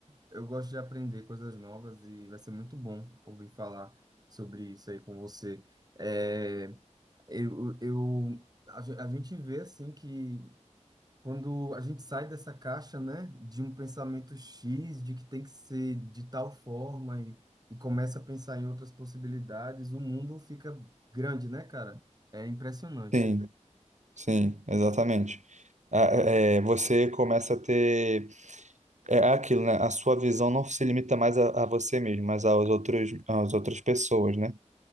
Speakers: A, on the right (about 30°); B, on the right (about 70°).
A: Eu gosto de aprender coisas novas e vai ser muito bom ouvir falar sobre isso aí com você. É, eu, eu, a, ge- a gente vê assim que quando a gente sai dessa caixa, né, de um pensamento X, de que tem que ser de tal forma e, e começa a pensar em outras possibilidades, o mundo fica grande, né, cara? É impressionante.
B: Sim, sim, exatamente. Ah, É, é, você começa a ter é é aquilo, né? A sua visão não se limita mais a, a você mesmo, mas aos outros, às outras pessoas, né?